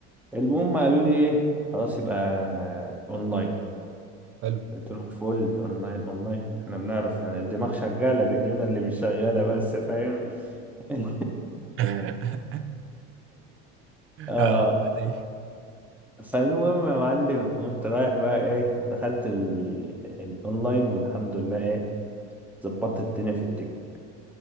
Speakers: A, in the centre; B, on the right (about 40°).
A: المهم قالوا لي ايه خلاص يبقى اونلاين
B: حلو
A: قلت لهم فول اونلاين اونلاين احنا بنعرف يعني الدماغ شغاله رجلنا اللي مش شغاله بس فاهم <laughs>
B: <laughs>
A: اه
B: اه والله دي
A: فالمهم يا معلم قمت رايح بقى ايه دخلت ال- الاونلاين والحمد لله ايه ظبطت الدنيا في التيكت